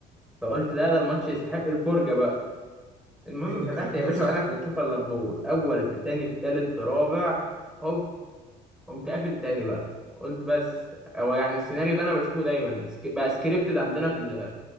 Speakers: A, in the centre; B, on the right.
A: فقلت لا ده الماتش يستحق الفرجة بقى المهم
B: ايوه
A: فتحت
B: كان 2-0
A: يا باشا وعينك ما تشوف إلا النور أول في تاني في تالت في رابع هوب قمت قافل تاني بقى قلت بس هو يعني السيناريو ده أنا بشوفه دايما سك- بقى سكريبتد عندنا في ال-